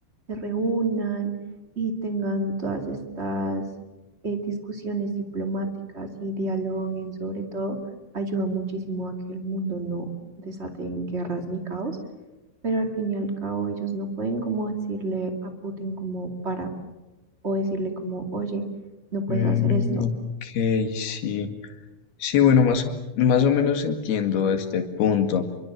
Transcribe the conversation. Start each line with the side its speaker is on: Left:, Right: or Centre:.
Right: se reúnan y tengan todas estas eh, discusiones diplomáticas y dialoguen sobre todo, ayuda muchísimo a que el mundo no desaten guerras ni caos, pero al fin y al cabo ellos no pueden como decirle a Putin como para o decirle como, oye, no puedes
Left: Mm,
Right: hacer esto.
Left: ok, sí. Sí, bueno, más, más o menos entiendo este punto.